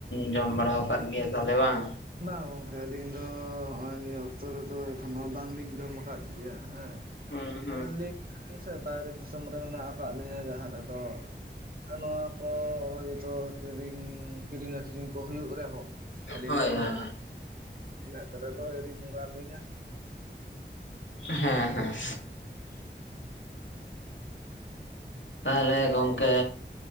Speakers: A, on the left (about 90°); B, on the right (about 50°).
A: ᱡᱚᱢ ᱵᱟᱲᱟ ᱟᱠᱟᱫ ᱜᱮᱭᱟ ᱛᱟᱦᱞᱮ ᱵᱟᱝ᱾
B: ᱵᱟᱝ ᱜᱚᱝᱠᱮ ᱟᱹᱞᱤᱧ ᱫᱚ ᱱᱚᱜᱼᱚᱭ ᱱᱤᱭᱟᱹ ᱚᱠᱛᱚ ᱨᱮᱫᱚ ᱮᱠᱷᱚ ᱱᱚ ᱵᱟᱝ ᱞᱤᱧ ᱡᱚᱢ ᱟᱠᱟᱫ ᱜᱮᱭᱟ ᱦᱮᱸ᱾
A: ᱦᱩᱸ ᱦᱩᱸ
B: ᱟᱞᱤᱧ ᱥᱮ ᱵᱟᱭᱨᱮ ᱫᱤᱥᱚᱢ ᱨᱮ ᱢᱮᱱᱟᱜ ᱟᱠᱟᱫ ᱞᱤᱧᱟᱹ ᱡᱟᱦᱟ ᱨᱮᱫᱚ᱾ ᱱᱚᱣᱟ ᱠᱚ ᱦᱚᱭ ᱛᱚ ᱠᱤᱨᱤᱧ ᱠᱤᱨᱤᱧ ᱟᱹᱠᱷᱨᱤᱧ ᱠᱚ ᱦᱩᱭᱩᱜ ᱨᱮᱦᱚᱸ ᱟᱹᱞᱤᱧ᱾
A: ᱦᱳᱭ
B: ᱫᱚ ᱚᱱᱟ
A: ᱦᱳᱭ
B: ᱢᱮᱫ ᱨᱮ ᱫᱚ ᱟᱣᱨᱤ ᱭᱩᱨ ᱟᱞᱤᱧᱟ᱾
A: ᱦᱮᱸ ᱦᱮᱸᱦᱮᱸ
B: <unintelligible>
A: ᱛᱟᱦᱞᱮ
B: ᱦᱳᱭ
A: ᱜᱚᱝᱠᱮ